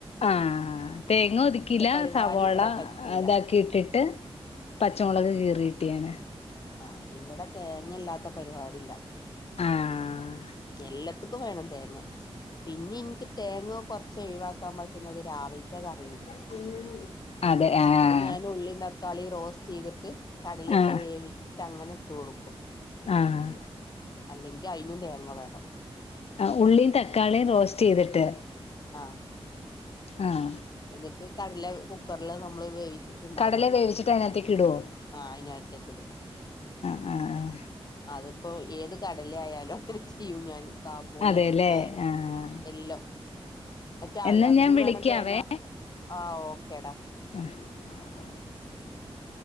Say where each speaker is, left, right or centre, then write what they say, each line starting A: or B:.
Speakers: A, on the left (about 80°); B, on the left (about 40°).
A: ആഹ് തേങ്ങ ഒതുക്കില
B: പരിപാടി
A: സവോള
B: ഇവിടെ പറ്റൂല
A: ഇതാക്കിട്ടിട്ട് പച്ചമുളക് കീറി ട്ടിയാണ്
B: ആ ഇവിടെ തേങ്ങയില്ലാത്ത പരിപാടിയില്ല
A: ആഹ്
B: എല്ലാ ഏത്ക്കും വേണം തേങ്ങ പിന്നിം ഇനിക്ക് തേങ്ങ കൊറച്ച് ഒയ് വാക്കാൻ പറ്റുന്നത് രാവിലത്തെ ക
A: <unintelligible> ആഹ്
B: അത് ഞാൻ ഉള്ളിയും തക്കാളിയും റോസ്റ്റ് ചെയ്തിട്ട് കടലയൊക്കെ
A: ആഹ്
B: വേവിച്ചി ട്ടങ്ങനെ ഇട്ട് കൊടുക്കും
A: ആഹ്
B: അല്ലെങ്കി അയിനും തേങ്ങ വേണം
A: ആ ഉള്ളിയും തക്കാളിയും റോസ്റ്റ് ചെയ്തിട്ട്
B: ആഹ്
A: ആഹ്
B: എന്നിട്ട് കടല കുക്കറില് നമ്മള് വേവി ച്ച്ട്ട്ണ്ടാവൊല്ലോ
A: കടല വേവിച്ചിട്ട് അതിനകത്തേക്ക് ഇടുവോ
B: ആ അയിനകത്തേക്ക് ഇടും
A: ആ ആ ആ
B: അതിപ്പോ ഏത് കടല ആയാലും അങ്ങനെ ചെയ്യും. ഞാൻ കാബോളി
A: അതെല്ലേ
B: നേ
A: ആഹ്
B: എല്ലാം അക്കഅതിനും
A: എന്നാ ഞാൻ വിളിക്കാവേ
B: വേണം തേങ്ങ ആ ഓക്കേടാ.
A: <unintelligible>
B: ഉം